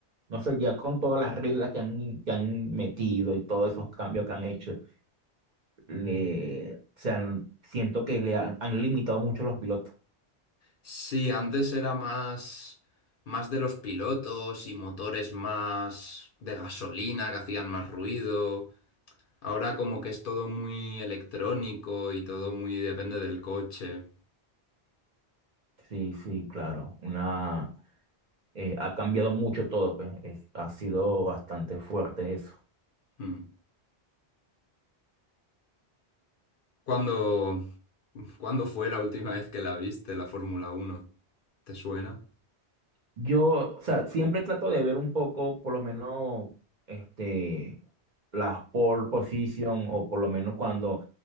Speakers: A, on the right (about 50°); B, on the left (about 60°).
A: No sé, ya con todas las reglas que han, que han metido y todos esos cambios que han hecho, le, o sea, siento que le han, han limitado mucho los pilotos.
B: Sí, antes era más, más de los pilotos y motores más de gasolina que hacían más ruido. Ahora como que es todo muy electrónico y todo muy depende del coche.
A: Sí, sí, claro. Una, eh, ha cambiado mucho todo, pues. es- ha sido bastante fuerte eso.
B: Mm. ¿Cuándo, cuándo fue la última vez que la viste, la Fórmula Uno? ¿Te suena?
A: Yo, o sea, siempre trato de ver un poco, por lo menos, este, las pole position, o por lo menos cuando